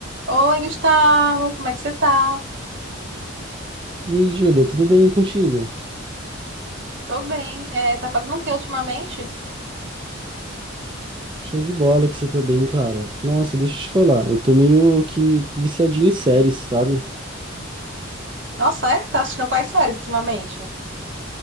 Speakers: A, on the right; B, on the right.
A: Oi, Gustavo, como é que você tá?
B: E aí, Júlia, tudo bem contigo?
A: Tô bem. É, tá fazendo o que ultimamente?
B: Show de bola que você tá bem, cara. Nossa, deixa eu te falar, eu tô meio que viciadinho em séries, sabe?
A: Nossa, é? Tá assistindo quais séries ultimamente?